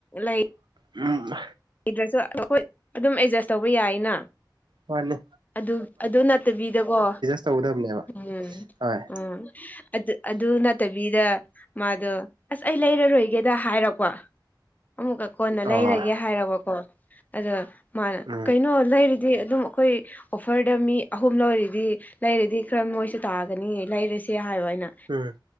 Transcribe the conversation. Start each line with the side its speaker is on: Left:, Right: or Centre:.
Left: ꯂꯩ
Right: ꯎꯝ
Left: ꯂꯩꯗ꯭ꯔꯥꯁꯨ ꯑꯩꯈꯣꯏ ꯑꯗꯨꯝ ꯑꯦꯗꯖꯁ ꯇꯧꯕ ꯌꯥꯏꯅ
Right: ꯃꯥꯅꯤ
Left: ꯑꯗꯨ ꯑꯗꯨ ꯅꯠꯇꯥꯕꯤꯗꯀꯣ
Right: ꯇꯧꯒꯗꯕꯅꯦꯕ
Left: ꯎꯝ
Right: ꯍꯣꯏ
Left: ꯎꯝ ꯑꯗꯨ ꯑꯗꯨ ꯅꯠꯇꯕꯤꯗ ꯃꯥꯗꯣ ꯑꯁ ꯑꯩ ꯂꯩꯔꯔꯣꯏꯒꯦꯗ ꯍꯥꯏꯔꯛꯄ ꯑꯃꯨꯛꯀꯥ ꯀꯣꯟꯅ
Right: ꯑꯣ
Left: ꯂꯩꯔꯒꯦ ꯍꯥꯏꯔꯕꯀꯣ ꯑꯗꯣ ꯃꯥꯅ
Right: ꯎꯝ
Left: ꯀꯩꯅꯣ ꯂꯩꯔꯗꯤ ꯑꯗꯨꯝ ꯈꯣꯏ ꯑꯣꯐꯔꯗ ꯃꯤ ꯑꯍꯨꯝ ꯂꯧꯔꯤꯗꯤ ꯂꯩꯔꯗꯤ ꯈꯔ ꯃꯣꯏꯁꯨ ꯇꯥꯒꯅꯤ ꯂꯩꯔꯁꯦ ꯍꯥꯏꯌꯣ ꯑꯩꯅ
Right: ꯎꯝ